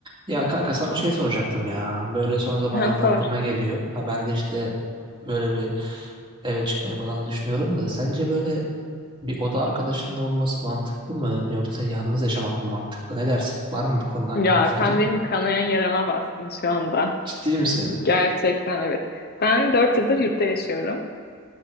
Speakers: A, on the right (about 25°); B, on the left (about 45°).
A: Ya kanka sana şey soracaktım ya. Böyle son zamanlarda
B: Ha, Sor.
A: aklıma geliyor. Ha ben de işte böyle bir eve çıkmayı falan düşünüyorum da sence böyle bir oda arkadaşının olması mantıklı mı yoksa yalnız yaşamak mı mantıklı? Ne dersin? Var mı bir konuda hakkında
B: Ya
A: fikrin?
B: sen benim kanayan yarama bastın şu anda.
A: Ciddi misin?
B: Gerçekten evet. Ben 4 yıldır yurtta yaşıyorum